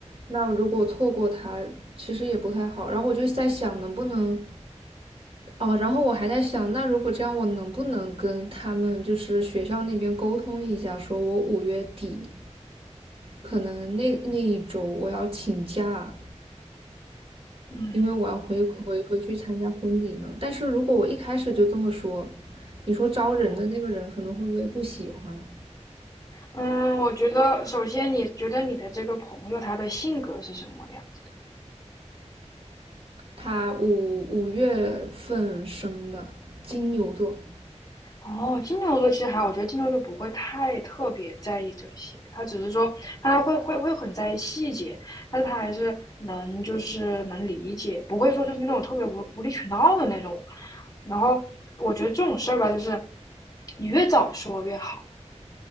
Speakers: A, on the right; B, on the left.
A: 那如果错过他，其实也不太好。然后我就在想能不能，哦，然后我还在想，那如果这样，我能不能跟他们就是学校那边沟通一下，说我五月底可能那那一周我要请假，
B: 嗯，
A: 因为我要回回回去参加婚礼呢。但是如果我一开始就这么说，你说招人的那个人可能会不会不喜欢？
B: 嗯，我觉得首先你觉得你的这个朋友他的性格是什么样子的？
A: 他五五月份生的金牛座，
B: 哦，金牛座其实还好，我觉得金牛座不会太特别在意这些，他只是说他会会会很在意细节，但是他还是能就是能理解，不会说就是那种特别无无理取闹的那种。然后我觉得这种事儿吧，就是你越早说越好。